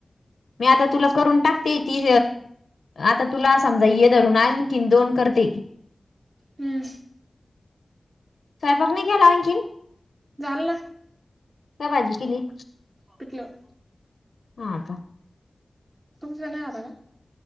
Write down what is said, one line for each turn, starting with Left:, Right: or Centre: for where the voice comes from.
Left: मी आता तुला करून टाकते ती आता तुला समजा ये धरून आ कीन दोन करते.
Right: हम्म
Left: स्वयंक नाही केला आणखीन.
Right: झाल ना.
Left: का भाजी किली?
Right: पितलं.
Left: हा का?
Right: तुमच नाही आला ना.